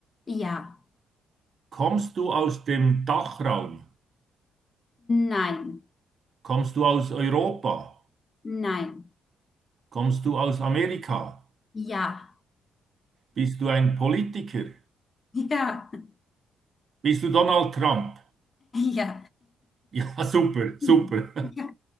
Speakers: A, on the left; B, on the right.
A: Ja.
B: Kommst du aus dem Dachraum?
A: Nein.
B: Kommst du aus Europa?
A: Nein.
B: Kommst du aus Amerika?
A: Ja.
B: Bist du ein Politiker?
A: Ja. <laughs>
B: Bist du Donald Trump?
A: Ja.
B: Ja, <laughs> super, super.
A: <laughs> Ja.